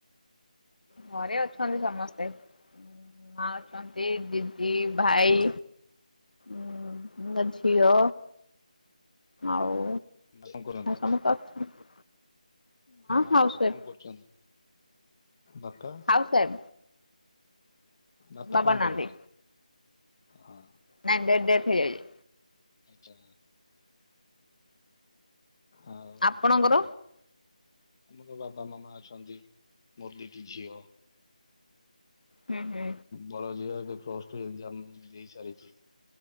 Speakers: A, on the left (about 80°); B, on the left (about 30°).
A: ଘରେ ଅଛନ୍ତି ସମସ୍ତେ। ମା ଅଛନ୍ତି,
B: ଉଁ,
A: ଦିଦ ଦି, ଭାଇ, ଉମ୍ ମୁଁ ଅଛି। ଝିଅ ଆଉ
B: ମା କଣ କରନ୍ତି?
A: ସମସ୍ତେ ଅଛନ୍ତି
B: ମା
A: ହାଉସ
B: ବାପା
A: ୱାଇଫ
B: କଣ କରୁଚନ୍ତି? ବାପା,
A: ହାଉସ ୱାଇଫ
B: ବାପା
A: ବାବା
B: କଣ
A: ନାହାନ୍ତି।
B: କରନ୍ତି? ହଁ।
A: ନାଇଁ ଡେ-ଡେଥ୍ ହେଇଯାଇଛି।
B: ଆଚ୍ଛା। ହଉ
A: ଆପଣଙ୍କର?
B: ତାହେଲେ ଟିକେ ଆମର ବାବା ମାମା ଅଛନ୍ତି, ମୋର ଦିଟି ଝିଅ
A: ହୁଁ, ହୁଁ।
B: ବଡ଼ ଝିଅ ଏବେ ପ୍ଲସ୍ ଟୁ ଏକ୍ଜାମ ଦେଇସାରିଚି।